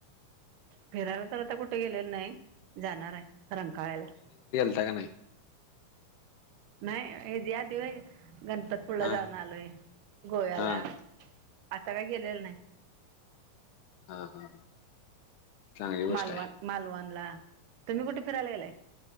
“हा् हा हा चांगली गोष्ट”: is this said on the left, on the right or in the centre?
Left